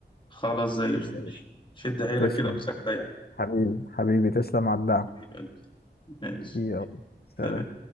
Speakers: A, on the left (about 25°); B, on the left (about 60°).
A: خلاص زي الفل
B: ماشي
A: شد حيلك
B: تسلم
A: كده وسهله يعني
B: حبيبي حبيبي تسلم على الدعم
A: حبيب قلبي ماشي
B: يلا سلام
A: سلام